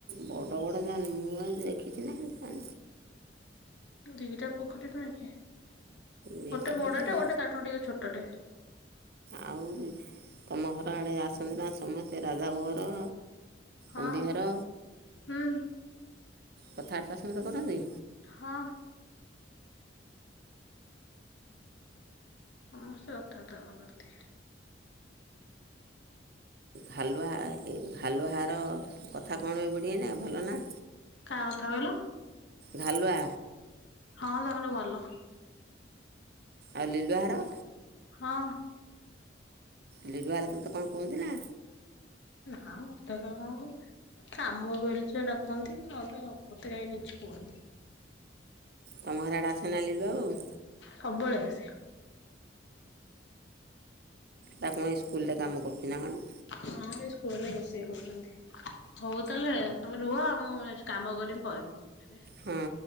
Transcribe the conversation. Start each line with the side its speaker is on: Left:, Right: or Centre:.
Right: ବଡ଼ ବଡ଼ <unintelligible> ମୁଁ ଦେଖିଛି ନା ଯା
Left: ଦିଟା ପୋଖରୀ ଟୁ ଆ
Right: ଦୁଇଟା
Left: ଗୋଟେ
Right: ପୋଖରୀ
Left: ବଡଟେ ଗୋଟେ ତାଠୁ ଟିକେ ଛୋଟଟେ।
Right: ଆଉ ତମ ଘର ଆଡ଼େ ଆସନ୍ତି ନା ସମସ୍ତେ ରାଧାଭୋଘର?
Left: ହଁ
Right: ଅମ୍ବିହର
Left: ହୁଁ
Right: କଥାବାର୍ତ୍ତା ସମସ୍ତେ କରନ୍ତି?
Left: ହଁ। ସମସ୍ତେ କଥାବାର୍ତ୍ତା କରନ୍ତି।
Right: ହାଲୁଆ ହାଲୁଆ ଘର କଥା କଣ ଏ ବୁ଼ଢି ଏଇନା ଭଲ ନା?
Left: କା କଥା କହିଲ?
Right: ଘାଲୁଆ
Left: ହଁ ତାଙ୍କର ଭଲ।
Right: ଆଉ ଲିଲୁଆ ଘର?
Left: ହଁ।
Right: ଲିଲୁଆ ଘର ତୋତେ କଣ କୁହନ୍ତି ନା?
Left: ନାଁ ମ ମତେ କାଇଁ କଣ କଇବେ। କାମ ପଇଲେ ସେ ଡାକନ୍ତି ନହେଲେ ମତେ କେହି କିଛି କୁହନ୍ତି।
Right: ତମ ଘର ଆଡ଼େ ଆସେ ନା ଲିଲୁଆ ବୋଉ?
Left: ସବୁବେଳେ ଆସେ।
Right: ତା କଣ ଇସ୍କୁଲରେ କାମ କରୁଛି ନା କଣ?
Left: ହଁ ଏ ସ୍କୁଲରେ ରୋଷେଇ କରୁଛନ୍ତି। ହଉ ତାହେଲେ ତମେ ରୁହ ମୁଁ ଯାଉଚି କାମ କରମି ପରେ କଲ୍ କରିବି।
Right: ହୁଁ।